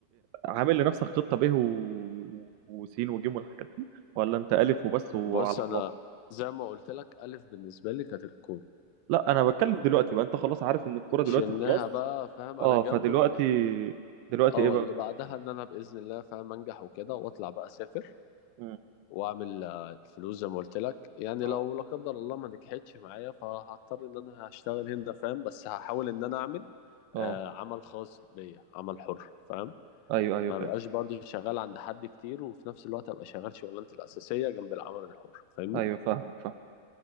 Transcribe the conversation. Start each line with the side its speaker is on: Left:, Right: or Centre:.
Right: عامل لنفسك خطه ب و... وسين وجيم والحاجات دي ولا انت الف وبس وعلى
Left: بص أنا
Right: الله
Left: زي ما قلت لك ألف بالنسبة لي كانت الكورة
Right: لا انا بتكلم دلوقتي بقى انت خلاص عارف ان الكوره دلوقتي
Left: شلناها
Right: خلاص
Left: بقى فاهم على
Right: اه
Left: جنب
Right: فدلوقتي
Left: بقت ال...
Right: دلوقتي
Left: اه
Right: ايه بقى
Left: اللي بعدها ان انا باذن الله فاهم انجح وكده واطلع بقى اسافر
Right: مم.
Left: واعمل آه، الفلوس زي ما قلت لك يعني
Right: اه
Left: لو لا قدر الله ما نجحتش معايا فهضطر ان انا هشتغل هنا فاهم بس هحاول ان انا اعمل
Right: اه
Left: آه، عمل خاص بيا عمل حر فاهم
Right: ايوه ايوه
Left: ما
Right: فاهم
Left: بقاش برضه شغال عند حد كتير وفي نفس الوقت ابقى شغال شغلانتي الاساسيه جنب العمل الحر فاهمني
Right: ايوه فاهمك فاهم